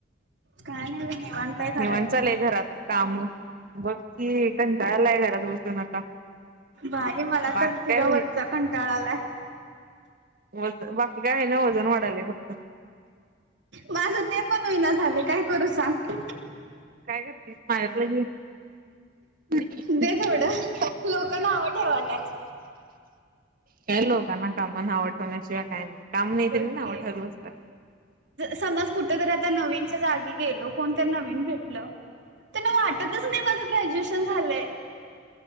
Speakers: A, on the right; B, on the right.
A: काय नाही बघ, निवांत आहे घरात
B: निवतं चालय घरात. काम बक्की कंटाळलाय घरात बसून आता.
A: भाई मला
B: बाकी
A: तर तुझ्या
B: काय
A: वरचा कंटाळा आलाय,
B: व बाकी काय आहे ना वजन वाढालेय फक्त
A: माझं ते पण होईना झाले काय करू सांग.
B: काय करते माझा काढलं घे. ट <unintelligible>
A: दे थोडं लोक नावं ठेवाल्यात
B: काय लोकान काम नाव ठेव ल्या शिवाय काय नाही,
A: बघ
B: त्यांनी नाव
A: की
B: ठेवायला बसल्यात,
A: समज कुठेतरी आता नवीनच्या जागी गेलो कोणतरी नवीन भेट त्यानं वाटतच नाही, माझ ग्रॅज्युएशन झालंय.